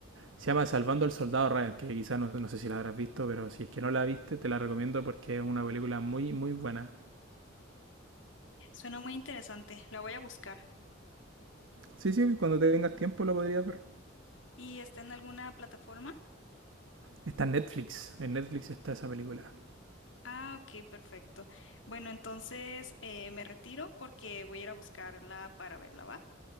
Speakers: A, on the right; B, on the left.
A: Se llama Salvando al Soldado Ryan, que quizás no, no sé si la habrás visto, pero si es que no la viste, te la recomiendo porque es una película muy, muy buena.
B: Suena muy interesante, la voy a buscar.
A: Sí, sí, cuando tengas tiempo la podrías ver.
B: ¿Y está en alguna plataforma?
A: Está en Netflix, en Netflix está esa película.
B: Ah, ok, perfecto. Bueno, entonces eh, me retiro porque voy a ir a buscarla para verla, ¿va?